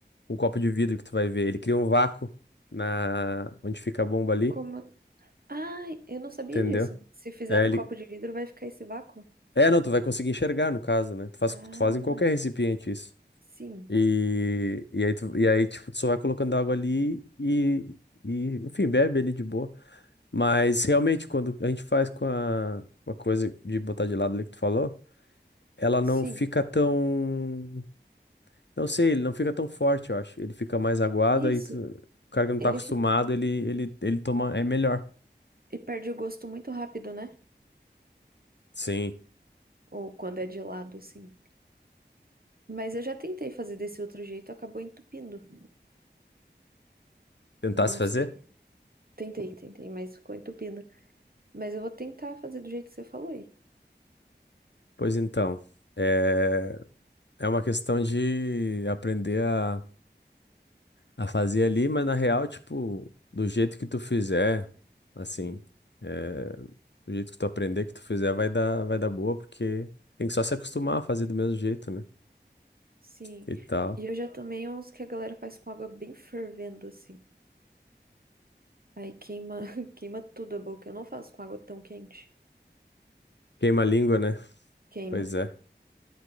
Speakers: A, on the left; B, on the right.
A: um copo de vidro que tu vai ver, ele cria um vácuo na, onde fica a bomba ali,
B: Como. Ah, eu não sabia
A: entendeu?
B: disso. Se fizer
A: É,
B: no
A: ele,
B: copo de vidro, vai ficar esse vácuo?
A: É, não, tu vai conseguir enxergar, no caso, né? Tu faz,
B: Ah,
A: tu faz em qualquer recipiente isso.
B: sim,
A: E, e aí, tu, e aí, tipo, tu só vai colocando água ali e, e, enfim, bebe ali de boa. Mas, realmente, quando a gente faz com a, com a coisa de botar de lado ali que tu falou, ela não
B: sim.
A: fica tão... Não sei, ele não fica tão forte, eu acho. Ele fica mais aguado,
B: Isso.
A: aí tu- o cara que não
B: Ele
A: tá acostumado,
B: fi-
A: ele, ele, ele toma... É melhor.
B: e perde o gosto muito rápido, né?
A: Sim.
B: Ou quando é de lado, assim. Mas eu já tentei fazer desse outro jeito, acabou entupindo.
A: tentar
B: Não
A: se fazer?
B: sei. Tentei, tentei, mas ficou entupindo. Mas eu vou tentar fazer do jeito que você falou aí.
A: Pois então, é, é uma questão de aprender a a fazer ali, mas na real, tipo, do jeito que tu fizer, assim, é, do jeito que tu aprender, que tu fizer, vai dar, vai dar boa, porque tem que só se acostumar a fazer do mesmo jeito, né?
B: Sim.
A: E tal.
B: E eu já tomei uns que a galera faz com água bem fervendo, assim. Aí queima, <laughs> queima tudo a boca. Eu não faço com água tão quente.
A: Queima a língua, né?
B: Queima.
A: Pois é,